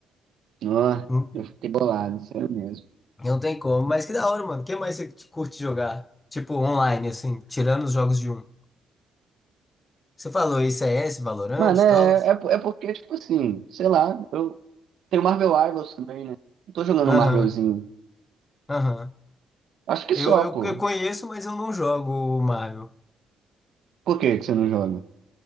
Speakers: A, on the right (about 70°); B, on the left (about 25°).
A: Ó,
B: Hum,
A: eu fiquei bolado, sério mesmo.
B: Não tem como. Mas que da hora, mano. O que mais você curte jogar? Tipo, online, assim, tirando os jogos de um. Você falou I C S Valorant
A: Mano, é,
B: e tal?
A: é, po- é porque, tipo assim, sei lá, eu tenho Marvel Rivals também, né? Eu tô jogando
B: Aham,
A: um Marvelzinho.
B: aham.
A: Acho que só,
B: Eu, eu,
A: pô.
B: eu conheço, mas eu não jogo o Marvel.
A: Por que que você não joga?